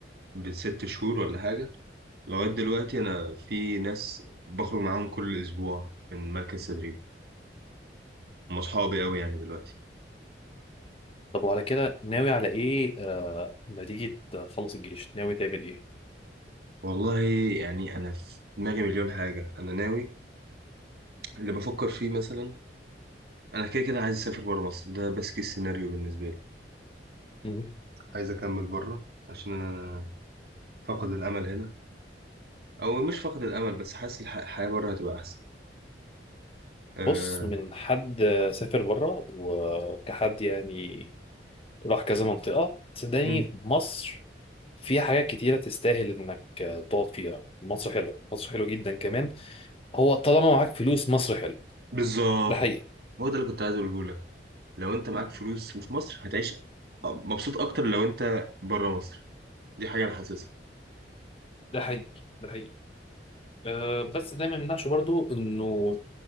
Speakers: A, on the right; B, on the left.
A: بست شهور ولا حاجة لغاية دلوقتي أنا في ناس بخرج معاهم كل أسبوع من مركز تدريب هم أصحابي أوي يعني دلوقتي
B: طب وعلى كده ناوي على ايه آه ما تيجي تخلص الجيش ناوي تعمل ايه
A: والله يعني أنا في دماغي مليون حاجة أنا ناوي اللي بفكر فيه مثلا أنا كده كده عايز أسافر بره مصر ده بس كيس سيناريو بالنسبة لي
B: مم.
A: عايز أكمل بره عشان أنا فقد الأمل هنا أو مش فقد الأمل بس حاسس الح- الحياة بره هتبقى أحسن أه...
B: بص من حد سافر بره وكحد يعني راح كذا منطقه صدقني
A: مم.
B: مصر فيها حاجات كتيرة تستاهل إنك تقعد فيها، مصر حلوة، مصر حلوة جدا كمان، هو طالما معاك فلوس مصر حلوة.
A: بالظبط
B: ده حقيقة
A: هو ده اللي كنت عايز أقوله لك. لو انت معاك فلوس وفي مصر هتعيش مبسوط اكتر لو انت بره مصر دي حاجه انا حاسسها
B: ده حقيقة ده حقيقة أه بس ده ما يمنعش برضو انه